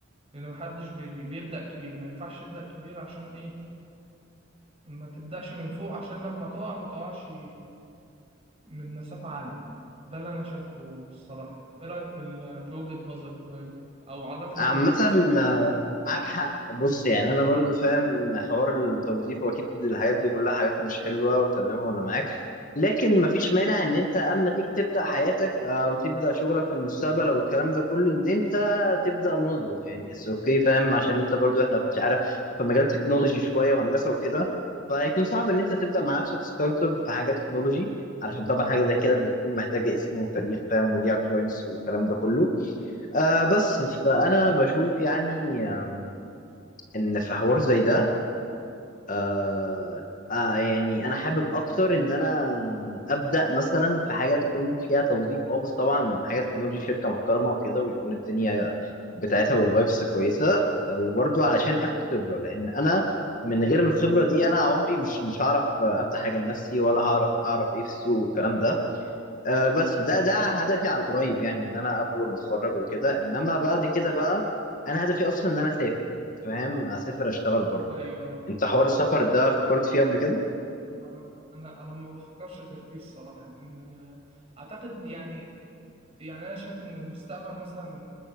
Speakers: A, on the right; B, on the left.
A: لأن محدش بي- بيبدأ كبير ما ينفعش تبدأ كبير عشان إيه ما تبدأش من فوق عشان لما تقع ما تقعش من مسافة عالية ده اللي أنا شايفه الصراحة إيه رأيك في ال- في وجهة نظري طيب أو عرفني
B: عامة
A: وجهة نظرك أنت
B: آه، معاك حق بص يعني أنا برضو فاهم حوار التوظيف وأكيد الحاجات دي كلها حاجات مش حلوة وتمام وأنا معاك لكن مفيش مانع إن أنت أما تيجي تبدأ حياتك أو تبدأ شغلك في المستقبل أو الكلام ده كله إن أنت تبدأ موظف يعني اتس أوكي فاهم عشان أنت برضو إحنا مش عارف في مجال تكنولوجي شوية وهندسة وكده فهيكون صعب إن أنت تبدأ مع نفسك ستارت أب في حاجة تكنولوجي علشان طبعا حاجة زي كده بتكون محتاجة اسم وتاريخ فاهم وليها كلاينتس والكلام ده كله آه بس فأنا بشوف يعني آم، إن في حوار زي ده آه آه يعني أنا حابب أكتر إن أنا أبدأ مثلا في حاجة تكون فيها توظيف أه بس طبعا حاجة تكنولوجي شركة محترمة وكده ويكون الدنيا بتاعتها والفايبس كويسة آه، وبرضو علشان آخد خبرة لأن أنا من غير الخبرة دي أنا عمري مش مش هعرف آه، أفتح حاجة لنفسي ولا هعرف أعرف إيه في السوق والكلام ده آه، بس ده ده هدفي على القريب يعني ان انا اول ما اتخرج وكده انما بعد كده بقى انا هدفي اصلا ان انا اسافر فاهم اسافر اشتغل بره
A: أيوه
B: وكده انت حوار السفر ده فكرت فيه قبل كده
A: أنا أنا أنا ما بفكرش غير فيه الصراحة لأن أعتقد يعني يعني انا شايف ان المستقبل مثلا